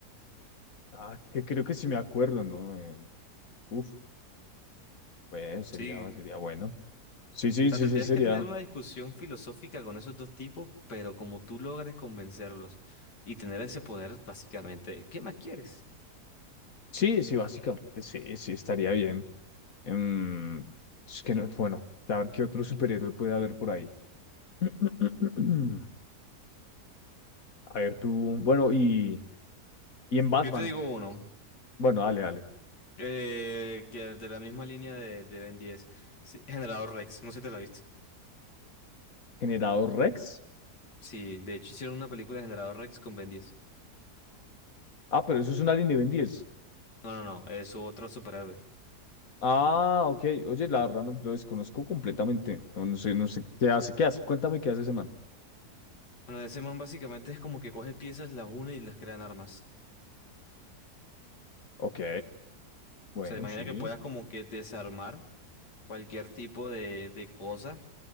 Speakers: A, on the left; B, on the left.
A: Ah, que creo que sí me acuerdo, ¿no? Eh, uf. Pues sería,
B: Sí,
A: sería bueno. Sí, sí,
B: O
A: sí,
B: sea, tendrías
A: sí, sería.
B: que tener una discusión filosófica con esos dos tipos, pero como tú logres convencerlos y tener ese poder, básicamente, ¿qué más quieres?
A: Sí, sí, básicamente, sí, sí, estaría bien. Em, es que no, bueno, a ver qué otro superhéroe puede haber por ahí. <clears throat> A ver tú, bueno, y, y en Batman.
B: Yo te digo uno.
A: Bueno, dale, dale.
B: Eh, que de la misma línea de, de Ben 10. Sí, Generador Rex, no sé si te la viste.
A: Generador Rex.
B: Sí, de hecho hicieron una película de Generador Rex con Ben 10.
A: Ah, pero eso es un Alien de Ben diez
B: No, no, no, es otro superhéroe.
A: Ah, ok. Oye, la verdad no, lo desconozco completamente. No, no sé, no sé qué hace, qué hace. Cuéntame qué hace ese man.
B: Bueno, ese man básicamente es como que coge piezas, las une y las crean armas.
A: Ok, bueno,
B: O sea, imagina
A: sí.
B: que puedas como que desarmar cualquier tipo de, de cosa